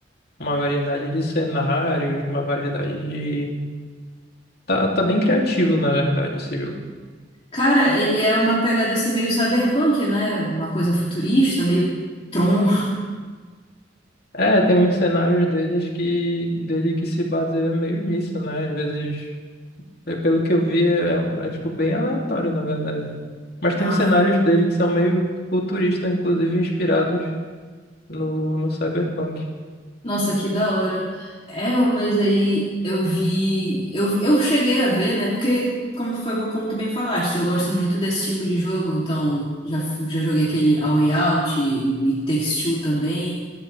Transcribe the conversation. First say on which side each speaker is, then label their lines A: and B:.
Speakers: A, on the left; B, on the left.
A: uma variedade de cenários, uma variedade de... Tá, tá bem criativo, na verdade, esse jogo.
B: Cara, ele é uma pegada assim meio cyberpunk, né? Uma coisa futurista, meio Tron.
A: É, tem uns cenários deles que, dele que se baseia meio nisso, né? Às vezes, é, pelo que eu vi, é, é, é, tipo bem aleatório, na verdade. Mas tem
B: Ah.
A: uns cenários dele que são meio futuristas, inclusive inspirados no, no Cyberpunk.
B: Nossa, que da hora. Ela, mas aí eu vi. Eu, eu cheguei a ver, né? Porque, como foi como tu bem falaste, eu gosto muito desse tipo de jogo. Então, já, fu- já joguei aquele A Way Out, o It Takes Two também.